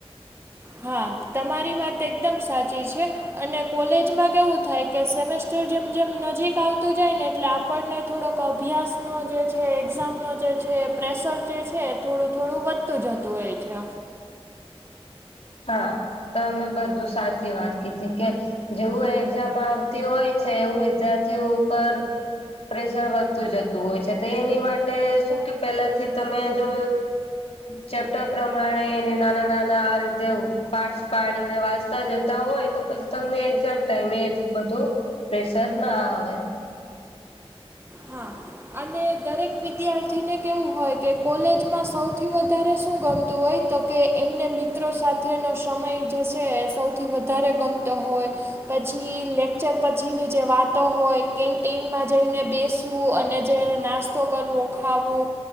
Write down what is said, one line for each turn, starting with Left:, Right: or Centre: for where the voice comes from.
Right: હા તમારી વાત એકદમ સાચી છે. અને કોલેજમાં કેવું થાય કે સેમેસ્ટર જેમ જેમ નજીક આવતું જાય ને એટલે આ આપણને થોડોક અભ્યાસનો જે છે એક્ઝામનો જે છે પ્રેશર જે છે થોડું થોડું વધ તું જતું હોય છે.
Left: હા તો અમે બધું સાચી વાત કીધી કે જેવું એક્ઝામ આવતી હોય છે એવું વિદ્યાર્થીઓ ઉપર પ્રેશર વધતું જતું હોય છે તો એની માટે શું કે પેલાથી તમે જો ચેપ્ટર પ્રમાણે નાના નાના આ રી તે પાર્ટસ પાડીને વાંચતા જતા હોય તો પછી તમને એક્ઝામ ટાઈમે એટલું બધું પ્રેશર જ ના આવે
Right: હા અને દરેક વિદ્યાર્થીને કેવું હોય કે કોલેજમાં સૌથી વધારે શું ગમતું હોય તો કે એમને મિત્રો સાથેનો સમય જે છે સૌથી વધારે ગમતો હોય પછી લેક્ચર પછીની જે વાતો હોય કેન્ટીનમાં જઈને બેસવું અને જ નાસ્તો કરવો ખાવું